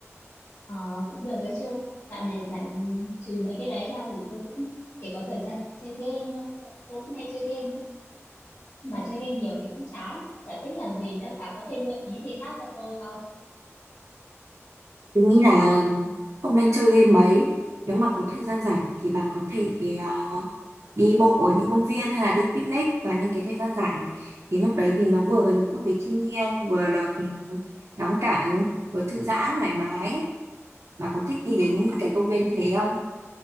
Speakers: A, on the left (about 80°); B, on the right (about 70°).
A: ờ, cũng được đấy chứ dạo này rảnh trừ mấy cái đấy ra thì tôi cũng chỉ có thời gian chơi game thôi tôi cũng hay chơi game đấy mà chơi game nhiều thì cũng chán chả biết làm gì nữa cả có thêm gợi ý gì khác cho tôi không
B: tôi nghĩ là không nên chơi game mấy nếu mà có thời gian rảnh thì bà có thể ờ, đi bộ ở những công viên hay là đi picnic vào những cái thời gian rảnh thì lúc đấy thì nó vừa gần gũi với thiên nhiên vừa được ừ, ngắm cảnh vừa thư giãn thoải mái Bà có thích đi đến
A: ờ
B: cái công viên như thế không?